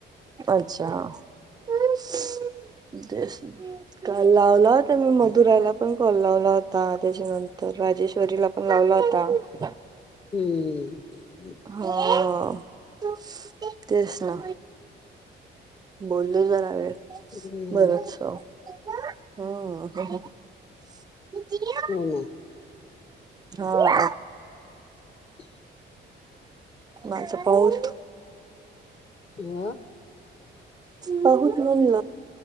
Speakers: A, on the right (about 20°); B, on the left (about 30°).
A: अच्छा. तेच. काल लावला होता मी मधुराला पण कॉल लावला होता त्याच्यानंतर राजेश्वरीला पण लावला होता.
B: हम्म
A: हां तेच ना. बोललो जरा वेळ
B: हम्म
A: बरचस हम्म <unintelligible>
B: हो ना.
A: हां
B: <inaudible>
A: माझ पाऊच
B: म‌
A: पाहुत म्हणलं.